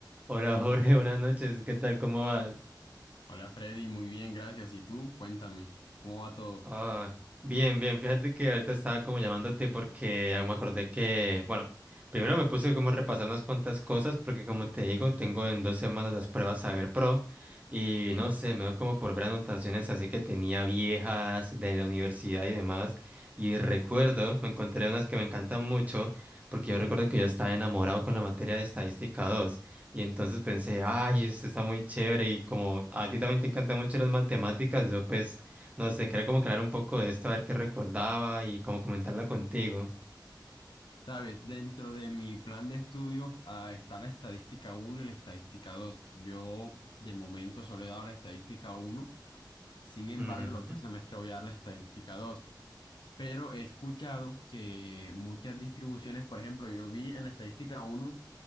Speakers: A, on the right; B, on the left.
A: Hola Jorge, buenas noches, ¿qué tal? ¿Cómo vas?
B: Hola Freddy, muy bien, gracias. ¿Y tú? Cuéntame, ¿cómo va todo?
A: Ah, bien, bien, fíjate que ahorita estaba como llamándote porque ya me acordé que, bueno, primero me puse como a repasar unas cuantas cosas porque como te digo, tengo en dos semanas las pruebas Saber Pro y
B: ¿Sí?
A: no sé, me dio como por ver anotaciones así que tenía viejas de la universidad y demás y recuerdo, me encontré unas que me encantan mucho porque yo recuerdo que yo estaba enamorado con la materia de estadística 2 y entonces pensé, ay, esto está muy chévere y como a ti también te encantan mucho las matemáticas, yo pues... No sé, quería como que un poco de esto, a ver qué recordaba y como comentarla contigo.
B: Sabes, dentro de mi plan de estudio ah, está la estadística uno y la estadística 2. Yo de momento solo he dado la estadística uno, sin embargo
A: Ujú.
B: el otro semestre voy a dar la estadística 2. pero he escuchado que muchas distribuciones, por ejemplo, yo vi en estadística uno,